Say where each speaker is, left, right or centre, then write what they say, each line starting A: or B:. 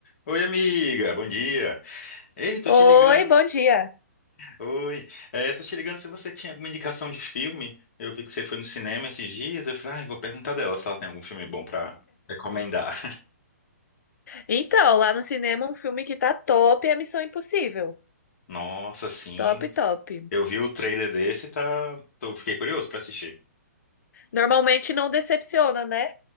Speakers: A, on the left (about 55°); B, on the left (about 70°).
A: Oi, amiga, bom dia. Ei, tô
B: Oi,
A: te ligando.
B: bom dia.
A: Oi. É, tô te ligando se você tinha alguma indicação de filme. Eu vi que você foi no cinema esses dias. Eu falei, ah, vou perguntar dela se ela tem algum filme bom pra recomendar.
B: Então, lá no cinema, um filme que tá top é Missão Impossível.
A: <laughs> Nossa, sim.
B: Top, top.
A: Eu vi o trailer desse e tá... tô- fiquei curioso pra assistir.
B: Normalmente não decepciona, né?